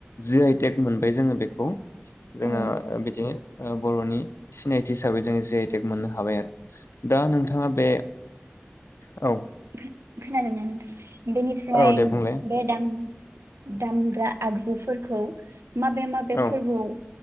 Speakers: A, on the left; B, on the right.
A: जि आइटेक मोनबाय जोङो बेखौ। जोंङो
B: औ
A: बिदिनो। ओ बरनि सिनायथि हिसाबै जोङो जि आइ टेक मोननो हाबाय आरो। दा नोंथाङा बे। औ।
B: खो खोनादोंना नोंथां। बेनिफ्राय
A: औ दे बुंलाय
B: बे दाम। दामग्रा आगजुफोरखौ। माबे माबे
A: औ
B: फोर्बोआव।